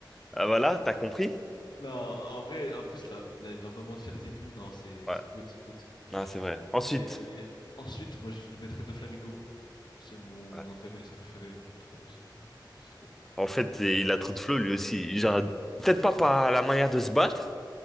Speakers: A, in the centre; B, on the left.
A: Ah voilà, t'as compris?
B: Non, en vrai, en plus, là, il a énormément de fierté et tout. Non, c'est
A: Ouais.
B: c'est le GOAT, c'est le GOAT.
A: Non, c'est vrai. Ensuite,
B: Et ensuite, moi, je le mettrais Doflamingo. C'est mon
A: ouais.
B: antagoniste préféré. Je l'aime trop. C'est c'est trop.
A: En fait, il a trop de flow lui aussi. Genre,
B: Et-
A: peut-être pas par la manière de se battre,